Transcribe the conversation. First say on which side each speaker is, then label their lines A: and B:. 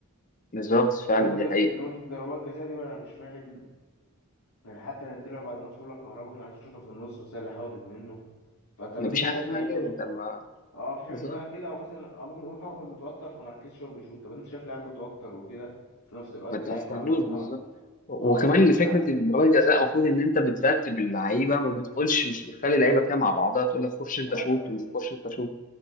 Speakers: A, on the left (about 35°); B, on the left (about 75°).
A: بالظبط فعلا
B: ونقطه
A: دي حقيقه
B: نقطه ضربات جزاء دي بقى انا مش فاهم يعني حتى اللي طلع بعد الماتش بيقول لك كهربا كان عايز يشوطها في النص بس هي اللي حاولت منه فطب
A: ما
B: انت
A: فيش
B: شايف
A: حاجه اسمها
B: لعيب
A: كده طب ما
B: اه في حاجه
A: بالظبط
B: اسمها كده او مثلا او ممكن نقول هو كان متوتر فمركزش هو بيشوط طب انت شايف لاعب متوتر وكده في نفس الوقت
A: ما تستنوش
B: لاعب معروف معروف
A: بالظبط وكمان
B: اه معروف
A: فكره
B: ان عن
A: ان ضربات الجزاء المفروض ان انت بترتب اللعيبه ما بتقولش مش بتخلي اللعيبه كده مع بعضها تقول لك خش انت
B: ايوه
A: شوط
B: ايوه
A: ومش خش انت شوط